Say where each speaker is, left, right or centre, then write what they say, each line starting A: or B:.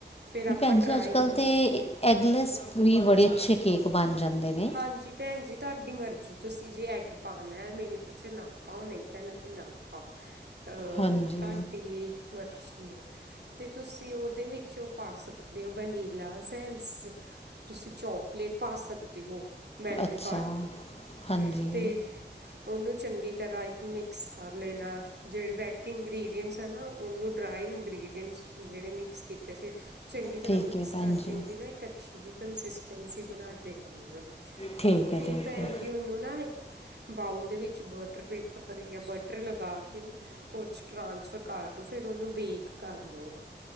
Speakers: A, on the right; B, on the left.
A: ਫਿਰ ਆਪਾਂ
B: ਭੈਣ
A: ਡਰਾਇੰਗ।
B: ਜੀ ਅੱਜ ਕੱਲ੍ਹ ਤੇ ਐਗਲੈਸ ਵੀ ਬੜੇ ਅੱਛੇ ਕੇਕ ਬਣ ਜਾਂਦੇ ਨੇ।
A: ਹਾਂਜੀ ਭੈਣ ਜੀ, ਤੁਹਾਡੀ ਮਰਜ਼ੀ ਤੁਸੀਂ ਜੇ ਐੱਗ ਪਾਉਣਾ ਮਿਲਕ 'ਚ ਨਾ ਪਾਓ ਨਹੀਂ ਪੈਣਾ ਤਾਂ ਨਾ ਪਾਓ। ਹਾਂ ਅਹ
B: ਹਾਂਜੀ
A: ਤੁਹਾਡੀ ਮਰਜ਼ੀ ਹੈ। ਤੇ ਤੁਸੀਂ ਉਹਦੇ ਵਿੱਚ ਉਹ ਪਾ ਸਕਦੇ, ਹੋ ਵਨੀਲਾ ਸੈਸ। ਤੁਸੀਂ ਚੋਕਲੇਟ ਪਾ ਸਕਦੇ ਹੋ। ਤੇ ਉਹ ਮੈਲਟ
B: ਅੱਛਾ
A: ਕਰਕੇ
B: ਹਾਂਜੀ
A: ਤੇ। ਉਹਨੂੰ ਚੰਗੀ ਤਰ੍ਹਾਂ ਇੱਕ ਮਿਕਸ ਕਰ ਲੈਣਾ, ਜਿਹੜੇ ਵੈਟ ਇੰਗਰੀਡੀਅਟਸ ਹੈ ਨਾ ਉਹ। ਉਹਨੂੰ ਡਰਾਈ ਇੰਗਰੀਡੀਅਟਸ ਜਿਹੜੇ ਮਿਕਸ ਕੀਤੇ ਸੀ। ਚੰਗੀ ਤਰ੍ਹਾਂ
B: ਠੀਕ
A: ਮਿਕਸ
B: ਹੈ ਭੈਣ
A: ਕਰਕੇ,
B: ਜੀ
A: ਉਹਦੀ ਨਾ ਇੱਕ ਅੱਛੀ ਜਿਹੀ ਕੰਸਿਸਟੈਂਸੀ ਬਣਾ ਦੇਣੀ ਹਾਂ।
B: ਠੀਕ ਹੈ
A: ਫੇਰ
B: ਠੀਕ
A: ਭੈਣ
B: ਹੈ
A: ਜੀ ਉਹਨੂੰ ਨਾ। ਬਾਊਲ ਦੇ ਵਿੱਚ ਬਟਰ ਪੇਪਰ ਜਾਂ ਬਟਰ ਲਗਾ ਕੇ ਨਾ। ਉਹ 'ਚ ਟ੍ਰਾਂਸਫਰ ਕਰ ਦਉ, ਫਿਰ ਉਹਨੂੰ ਬੇਕ ਕਰ ਲੋ।